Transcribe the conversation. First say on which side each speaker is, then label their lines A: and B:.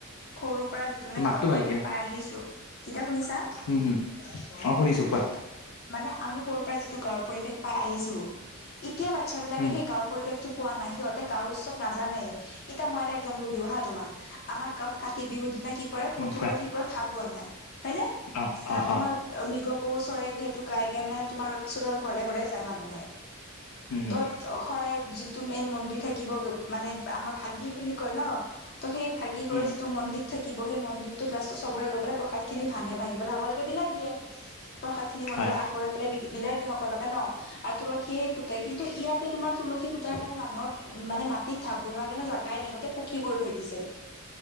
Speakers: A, on the left (about 50°); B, on the left (about 80°).
A: সৰুৰ পৰা যিটো মানে
B: মাততো
A: গাঁৱৰ পৰিৱেশ
B: ভালকে
A: পাই আহিছোঁ। এতিয়া শুনিছা?
B: উম হম অ', শুনিছোঁ কোৱা।
A: মানে আমি সৰুৰ পৰা যিটো গাঁৱৰ পৰিৱেশ পাই আহিছোঁ, এতিয়া বাটচ্ছাবিলাকে
B: উম
A: সেই গাঁৱৰ পৰিৱেশটো পোৱা নাই সিহঁতে গাঁও উৎসৱ নাজানে, এতিয়া মই এটা একজাম্পল দিওঁ হা, তোমাক আমাৰ গাঁৱত কা কাতি বিহুৰ দিনা কি কৰে,
B: উম
A: তুলসিৰ
B: কোৱা
A: তলত ধাপ বনাই হয়নে?
B: অ
A: তাত
B: অ
A: তোমাৰ
B: অ
A: মৃগপহু চৰে, সেইটো গাই, গাই মানে তোমাৰ ওচৰৰ ঘৰে, ঘৰে যায় মানুহ।
B: উম হম
A: ত'ত শৰাই যিটো মেইন মন্দিৰ থাকিব, মানে আমাৰ ভাগি বুলি কয় ন! ত' সেই ভাগি কৰে
B: উম
A: যিটো মন্দিত থাকিব সেই মন্দিৰ ত'ত লাষ্টত চবৰে গৈ পেলাই প্ৰসাদখিনি ভাঙে, ভাঙিপেলাই সকলোকে বিলাই দিয়ে। প্ৰসাদ খিনি মন্দিৰত
B: হয়
A: আগবঢ়াই পেলাই বিলাই দিয়ে সকলোকে ন, আৰু তুলসিয়েই পুতে কিন্তু ইয়াতে তোমাৰ তুলসী পুতাৰ কাৰণে মানুহৰ মানে মাটিত ধাপ বনোৱাৰ কাৰণে জাগাই নাই গতে পকী কৰি থৈ দিছে।